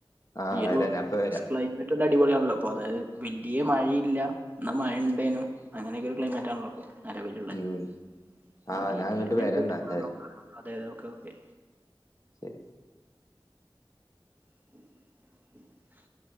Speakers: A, on the left (about 40°); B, on the right (about 20°).
A: ആഹ്
B: ഈയൊരു
A: വരാം ഞാൻ ഇപ്പ വരാം
B: ക്ലൈമറ്റ് ല്ല അടിപൊളിയാണല്ലോ അപ്പൊ അതായത് വലിയ മഴയില്ല ന്നാ മഴണ്ടേനും അങ്ങനെയൊക്കെ ഒരു ക്ലൈമറ്റ് ആണല്ലോ പ്പൊ നിലവിലുള്ളത്
A: ഉം
B: പിന്നെ
A: ആഹ് ഞാൻ
B: ഇതില
A: ഇങ്ങട്ട്
B: തന്നെയാണ്
A: വരാ
B: വേറി
A: ന്നാ
B: കൂ
A: എന്തായാലും
B: നോക്ക അതെ അതക്കെക്കെ
A: ശരി
B: <inaudible>